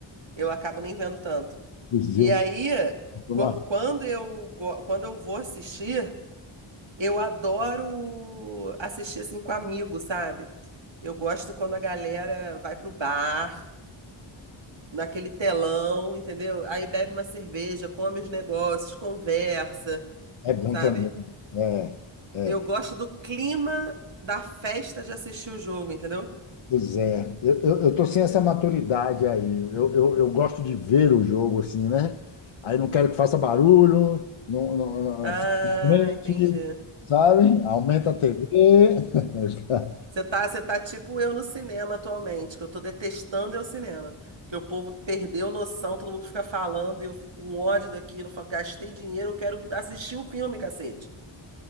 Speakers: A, on the right; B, on the left.
A: Eu acabo nem vendo tanto.
B: o Zildo,
A: E aí,
B: eu
A: qua-
B: não-
A: quando eu, go- quando eu vou assistir, eu adoro assistir assim com amigos, sabe? Eu gosto quando a galera vai pro bar, naquele telão, entendeu? Aí bebe uma cerveja, come os negócios, conversa,
B: é bom
A: sabe?
B: também. É, é.
A: Eu gosto do clima da festa de assistir o jogo, entendeu?
B: Pois é, eu, eu, eu tô sem essa maturidade aí. Eu, eu, eu gosto de ver o jogo assim, né? Aí não quero que faça barulho, não, não, não-
A: Ah,
B: fica na frente,
A: entendi.
B: sabe? Aumenta a TV, <laughs>
A: Você tá, você tá tipo eu no cinema atualmente, que eu tô detestando é o cinema. Que o povo perdeu noção, todo mundo fica falando e eu fico com ódio daquilo. Eu falo, gastei dinheiro, eu quero assistir o filme, cacete.